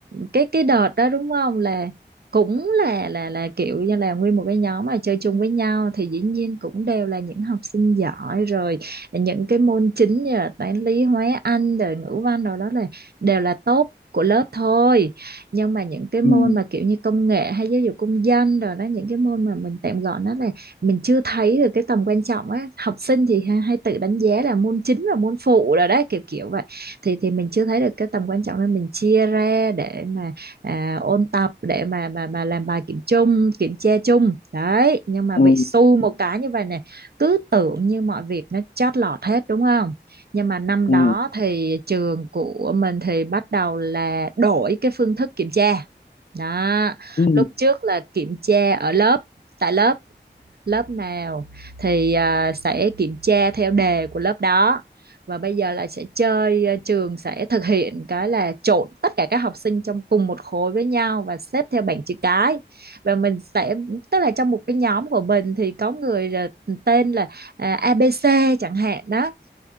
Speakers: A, on the right (about 60°); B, on the left (about 50°).
A: cái cái đợt đó đúng không là cũng là là là kiểu như là nguyên một cái nhóm mà chơi chung với nhau thì dĩ nhiên cũng đều là những học sinh giỏi rồi những cái môn chính như là toán lý hóa anh rồi ngữ văn rồi đó là đều là top của lớp thôi nhưng mà những cái môn
B: ừ,
A: mà kiểu như công nghệ hay giáo dục công dân rồi đó những cái môn mà mình tạm gọi nó là mình chưa thấy được cái tầm quan trọng á học sinh thì hay, hay tự đánh giá là môn chính và môn phụ rồi đấy kiểu kiểu vậy thì thì mình chưa thấy được cái tầm quan trọng nên mình chia ra để mà à, ôn tập để mà mà mà làm bài kiểm chung kiểm tra chung đấy nhưng mà
B: ừ,
A: bị xu một cái như vậy này cứ tưởng như mọi việc nó chót lọt hết đúng không nhưng mà năm
B: ừ,
A: đó thì trường của mình thì bắt đầu là đổi cái phương thức kiểm tra đó
B: ừ,
A: lúc trước là kiểm tra ở lớp tại lớp lớp nào thì à, sẽ kiểm tra theo đề của lớp đó và bây giờ là sẽ chơi à, trường sẽ thực hiện cái là trộn tất cả các học sinh trong cùng một khối với nhau và xếp theo bảng chữ cái và mình sẽ tức là trong một cái nhóm của mình thì có người là tên là à, ABC chẳng hạn đó